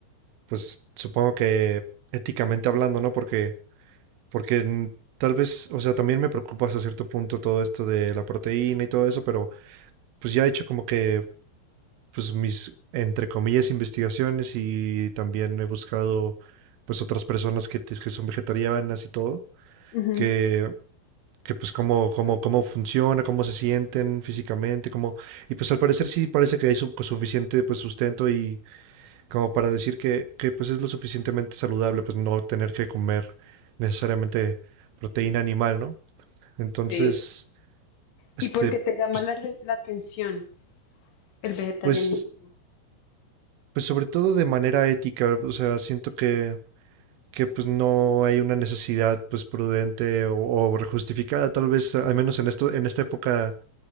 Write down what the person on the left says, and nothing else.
Ujú,
Sí.
¿Y por qué te llama
la, re- la atención el vegetarianismo?